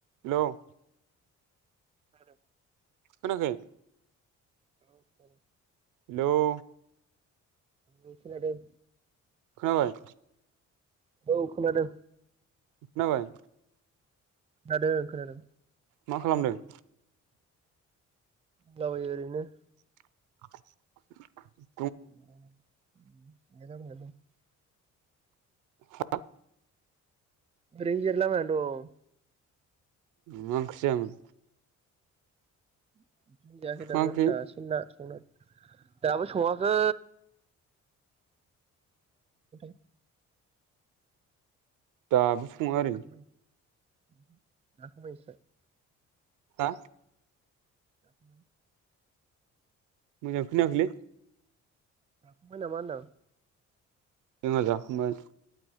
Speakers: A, on the right; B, on the right.
A: हेल'
B: आरो
A: खोनायाखै।
B: औ <unintelligible>
A: हेल'
B: आंबो खोनादों।
A: खोनाबाय?
B: औ खोनादों।
A: खोनाबाय।
B: खोनादों खोनादों।
A: मा खालामदों?
B: दंलाबायो ओरैनो।
A: <inaudible>
B: <inaudible> <unintelligible>
A: हा
B: ओरैनो जिरायला बायना दं।
A: मा ओंख्रै जायामोन?
B: <inaudible> जायाखै दाबो
A: मा ओंख्रि
B: दासो ना संनो दाबो सङाखै। <unintelligible>
A: दाबो स सङा आरो।
B: जाखांबाय <unintelligible>
A: हा
B: <unintelligible>
A: मोजां खोनायाखैलै।
B: जाखांबाय नामा होनदां?
A: जोंहा जाखांबाय।